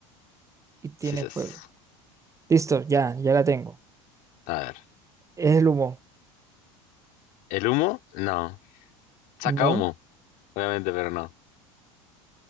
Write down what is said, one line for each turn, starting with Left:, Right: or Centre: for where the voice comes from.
Right: Y tiene
Left: Sí, sas.
Right: fuego. Listo, ya, ya la tengo.
Left: A ver.
Right: Es el humo.
Left: ¿El humo? No. Saca
Right: ¿no?
Left: humo, obviamente, pero no.